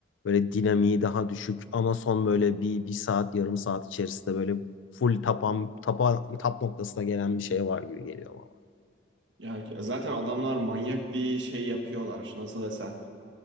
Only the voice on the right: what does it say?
Yani zaten adamlar manyak bir şey yapıyorlar. Nasıl desem.